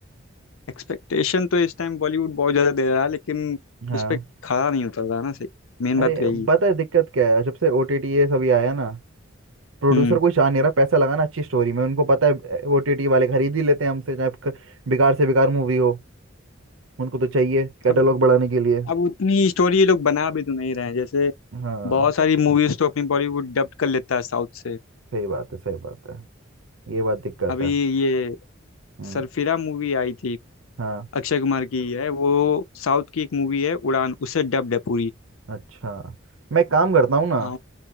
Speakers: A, on the left; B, on the right.
A: एक्सपेक्टेशन तो इस टाइम बॉलीवुड बहुत ज्यादा दे रहा है लेकिन
B: हाँ
A: उस पर खड़ा नहीं उतर रहा ना सही मेन
B: अरे
A: बात तो यही है।
B: पता है दिक्कत क्या है जब से ओटीटी ये सभी आया ना प्रोड्यूसर
A: हम्म
B: कोई चाह नहीं रहा पैसा लगाना अच्छी स्टोरी में उनको पता है ओटीटी वाले खरीद ही लेते हैं हमसे चाहे क- बेकार से बेकार मूवी हो उनको तो चाहिए कैटलॉग
A: अब
B: बढ़ाने के लिए
A: अब उतनी स्टोरी ये लोग बना भी तो नहीं रहे हैं जैसे
B: हाँ
A: बहुत सारी मूवीज तो अपनी बॉलीवुड डब्ड कर लेता है साउथ से
B: सही बात है सही बात है ये बात दिक्कत
A: अभी
B: है
A: ये
B: हम्म
A: सरफिरा मूवी आई थी
B: हाँ
A: अक्षय कुमार की ही है वो साउथ की एक मूवी है उड़ान उससे डब्ड है पूरी
B: अच्छा मैं काम करता हूँ ना
A: हाँ